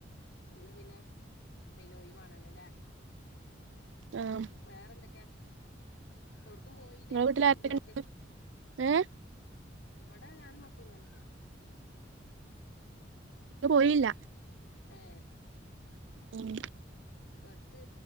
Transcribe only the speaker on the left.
ഇന്ന് പിന്നെ പിനോയിവാണല്ലോല്ലേ
വേറെന്തൊക്കാ എവിടക്കും പോയില്ലേ
ഇന്ന് ഒറ്റ
എടാ ഞാനും മക്കളും തന്നെ
ഏ
എടുത്ത്